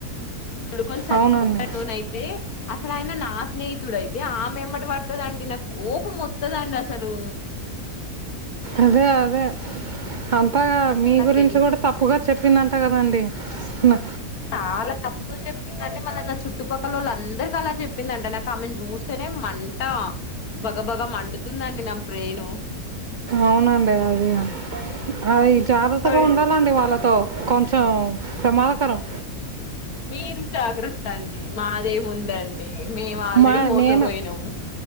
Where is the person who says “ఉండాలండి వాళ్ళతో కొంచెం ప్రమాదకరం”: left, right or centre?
Right